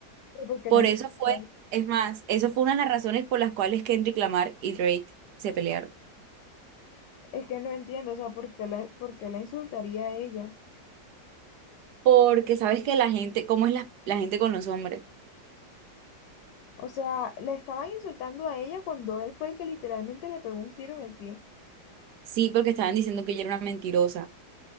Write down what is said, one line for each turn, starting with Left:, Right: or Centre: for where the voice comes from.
Left: Porque
Right: Por
Left: le insultó.
Right: eso fue, es más, eso fue una de las razones por las cuales Kendrick Lamar y Drake se pelearon.
Left: Es que no entiendo, o sea, ¿por qué la, por qué la insultaría a ella?
Right: Porque sabes que la gente, ¿cómo es la, la gente con los hombres?
Left: O sea, la estaba insultando a ella cuando él fue el que literalmente le pegó un tiro en el pie.
Right: Sí, porque estaban diciendo que ella era una mentirosa.